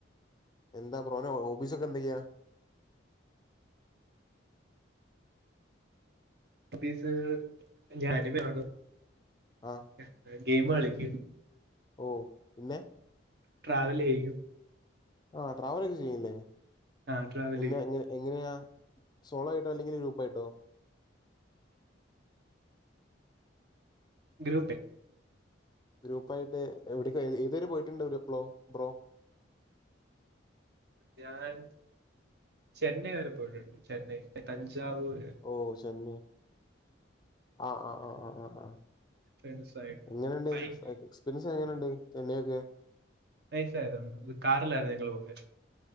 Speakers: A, on the left (about 20°); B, on the right (about 55°).
A: എന്താ ബ്രോന ഹോബിസോക്കെന്തൊക്യാ
B: ഹോബീസ് ഞാന് <unintelligible>
A: അഹ്
B: എത്ര ഗെയിം കളിക്കും
A: ഓഹ് പിന്നെ
B: ട്രാവലെയ്യും
A: ആഹ് ട്രാവലൊക്കെ ചെയ്യുല്ലേ
B: ആ ട്രാവൽ
A: പിന്നെ
B: ചെയ്യും
A: എങ്ങ എങ്ങനാ സോളോ ആയിട്ടോ അല്ലെങ്കില് ഗ്രൂപ്പ് ആയിട്ടോ
B: ഗ്രൂപ്പ്
A: ഗ്രൂപ്പായിട്ട് എവിടെക്ക ഏതുവരെ പോയിട്ടിണ്ട് പ്ലോ ബ്രോ
B: ഞാൻ ചെന്നൈ വരെ പോയിട്ടുണ്ട് ചെന്നൈ തഞ്ചാവൂര്
A: ഓഹ് ചെന്നൈ ആഹ് ആഹ് ആഹ് ആഹ് ആഹ് ആഹ്
B: ഫ്രണ്ട്സ് ആയിട്ട്
A: എങ്ങെനെണ്ട്
B: ബൈക്ക്
A: സൈ എക്സ്പീരിയൻസ് എങ്ങനെണ്ട് ചെന്നൈ ഒക്കെ
B: നൈസായിരുന്നു ഇത് കാറിലാരുന്നു ഞങ്ങള് പോയെ